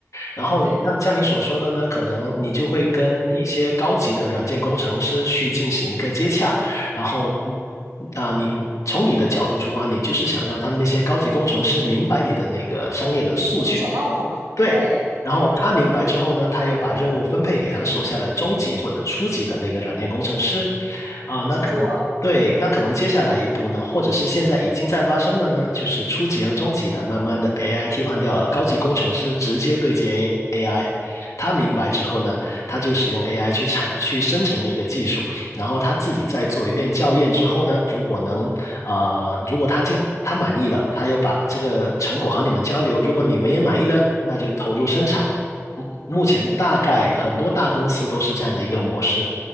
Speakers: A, on the left (about 80°); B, on the right (about 80°).
A: 然后像像你所说的呢，
B: 对，
A: 可能你就会跟一些高级的软件工程师去进行一个接洽，然后啊、你从你的角度出发，你就是想让他们那些高级工程师明白你的那个商业的诉求，
B: 我们想要什么，
A: 对，
B: 对对，
A: 然后他明白之后呢，他又把任务分配给他手下的中级或者初级的那个软件工程师，啊，那可能对，
B: 去做，
A: 那可能接下来一步呢，或者是现在已经在发生的呢，就是初级和中级的慢慢的被 AI 替换掉了，高级工程师直接对接 A- i 他明白之后呢，他就使用 AI 去产去生成那个技术，然后他自己再做一遍校验之后呢，如果能啊呃，如果他进他满意了，他又把这个成果和你们交流，如果你们也满意了，那就投入生产。目目前大概很多大公司都是这样的一个模式，
B: 嗯。